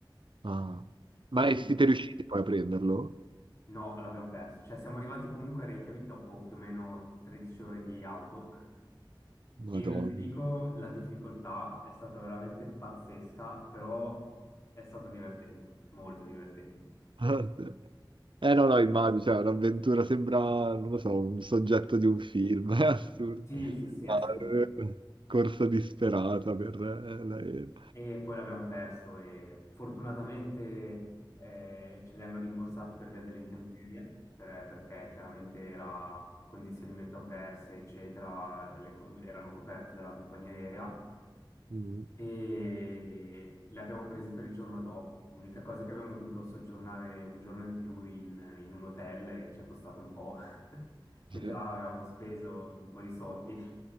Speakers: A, on the right; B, on the left.
A: Ah.
B: Quindi
A: Ma eh, siete riusciti poi a prenderlo?
B: no, l'abbiamo perso. Cioè siamo arrivati comunque a Reykjavik dopo più o meno 13 ore di auto.
A: Madonna.
B: E non ti dico, la difficoltà è stata veramente pazzesca, però è stato divertente, molto divertente.
A: <laughs> Eh no, no, immagino, cioè, un'avventura sembra, non lo so, un soggetto di un film, <laughs> è assurdo.
B: Sì, sì, sì,
A: No,
B: assurdo.
A: eh, corsa disperata per eh, l'aereo.
B: E poi l'abbiamo perso e fortunatamente eh, ce li hanno rimborsati per via delle intemperie, per- perché chiaramente era condizioni meteo avverse, eccetera, le co- erano coperte dalla compagnia aerea
A: Mm.
B: e li abbiamo presi per il giorno dopo. L'unica cosa è che abbiamo dovuto soggiornare un giorno in più in, in un hotel e ci è costato un po', <laughs> che già
A: Eh,
B: avevamo speso un po' di soldi. <laughs>